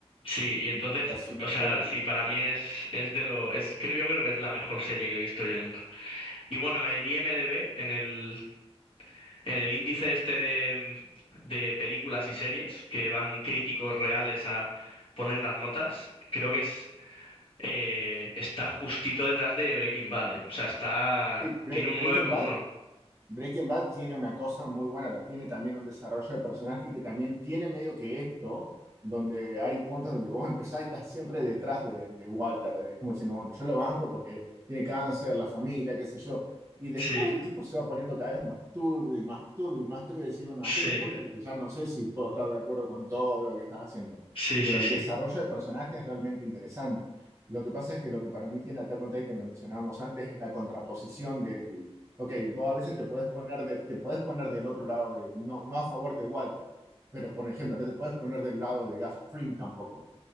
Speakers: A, on the left; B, on the right.
A: Sí, y entonces,
B: No Te das una
A: o sea,
B: idea de lo que
A: sí,
B: te estás
A: para
B: perdiendo.
A: mí es, es de lo, es, creo, yo creo que es la mejor serie que he visto yo nunca. Y bueno, en IMDb, en el, en el índice este de, de películas y series, que van críticos reales a poner las notas, creo que es, eh, está justito detrás de Breaking Bad, eh. O sea, está,
B: Bre-
A: tiene
B: Breaking
A: un nueve con
B: Bad.
A: uno
B: Breaking Bad tiene una cosa muy buena, ta- tiene también un desarrollo de personaje que también tiene medio que esto, donde hay puntos donde vos empezás y estás siempre detrás de, de Walter, de- como diciendo, bueno, yo lo banco porque tiene cáncer, la familia, qué sé yo. Y después
A: Sí,
B: el tipo se va poniendo cada vez más turbio y más turbio y más turbio y decís, bueno,
A: sí,
B: hasta hay un punto en el que ya no sé si puedo estar de acuerdo con todo lo que estás haciendo.
A: sí,
B: Pero
A: sí,
B: el
A: sí,
B: desarrollo de personaje es realmente interesante. Lo que pasa es que lo que para mí tiene Attack on Titan que mencionábamos antes es la contraposición Ok, vos a veces te puedes poner de, te puedes poner del otro lado de, no, no a favor de Walter, pero por ejemplo, no te puedes poner del lado de Gus Fring tampoco.